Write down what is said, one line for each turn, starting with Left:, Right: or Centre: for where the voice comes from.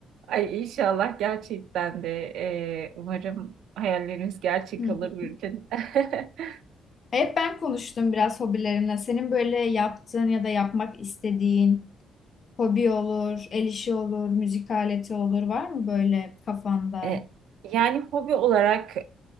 Right: Ay inşallah gerçekten de e, umarım hayallerimiz gerçek
Left: Hı
Right: olur
Left: hı.
Right: bir gün. <laughs>
Left: Hep ben konuştum biraz hobilerimle. Senin böyle yaptığın ya da yapmak istediğin hobi olur, el işi olur, müzik aleti olur var mı böyle kafanda?
Right: E, yani hobi olarak